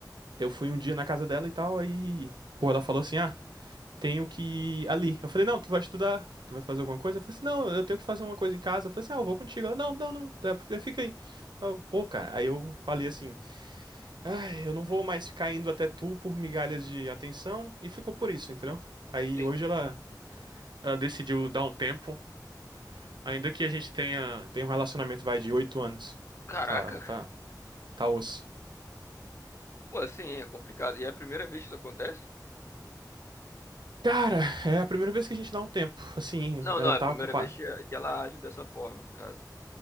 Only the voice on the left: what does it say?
sim.
Caraca.
Pô, assim, é complicado. E é a primeira vez que isso acontece?
Não,
não, é
a primeira
vez que, que ela age dessa forma, no caso.